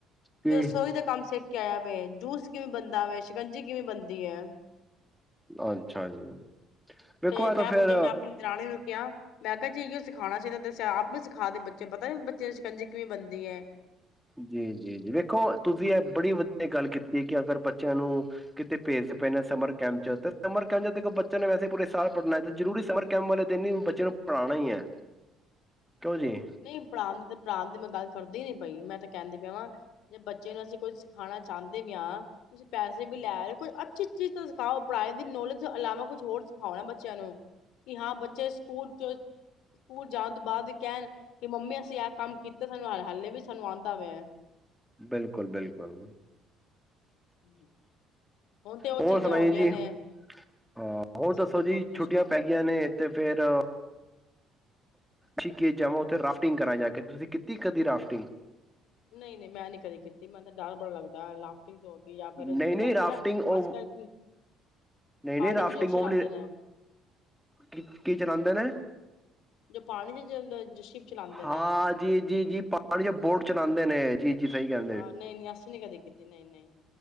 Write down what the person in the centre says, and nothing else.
ਕੀ
ਅੱਛਾ ਜੀ। ਵੇਖੋ
ਇਹ
ਤਾਂ ਫੇਰ
ਜੀ-ਜੀ-ਜੀ ਵੇਖੋ ਤੁਸੀਂ ਇਹ ਬੜੀ ਵਧੀਆ ਗੱਲ ਕੀਤੀ ਐ ਕਿ ਅਗਰ ਬੱਚਿਆਂ ਨੂੰ ਕਿਤੇ ਭੇਜਦੇ ਪਏ ਨੇ ਸਮਰ ਕੈਂਪ ਚ ਤੇ ਸਮਰ ਕੈਂਪ ਚ ਦੇਖੋ ਬੱਚਿਆਂ ਨੇ ਵੈਸੇ ਪੂਰੇ ਸਾਲ ਪੜ੍ਹਨਾ ਜ਼ਰੂਰੀ ਸਮਰ। ਕੈਮ ਵਾਲੇ ਦਿਨ ਬੱਚੇ ਨੂੰ ਪੜ੍ਹਾਣਾ ਹੀ ਹੈ ਕਿਉਂ ਜੀ।
ਬਿਲਕੁਲ-ਬਿਲਕੁਲ।
ਹੋਰ
ਸੁਣਾਈਏ
ਜੀ
ਹਾਂ ਹੋਰ ਦੱਸੋ
ਜੀ
ਛੁੱਟੀਆਂ
ਪੈ ਗਈਆਂ ਨੇ। ਤੇ ਫੇਰ। ਠੀਕ ਆ ਜਾਵਾਂ ਉੱਥੇ ਰਾਫਟਿੰਗ ਕਰਾ ਜਾ ਕੇ ਤੁਸੀਂ ਕੀਤੀ ਕਦੀ ਰਾਫਟਿੰਗ।
ਨਹੀਂ
ਨਹੀਂ ਰਾਫਟਿੰਗ
ਉਹ
ਨਹੀਂ-ਨਹੀਂ
ਰਾਫਟਿੰਗ
ਵਾਲੀ
ਕੀ ਕੀ ਚਲਾਉਂਦੇ ਨੇ
ਹਾਂ
ਜੀ-ਜੀ-ਜੀ ਪਾਣੀ ਚ ਬੋਟ ਚਲਾਂਦੇ ਨੇ। ਜੀ-ਜੀ ਸਹੀ ਗੱਲ।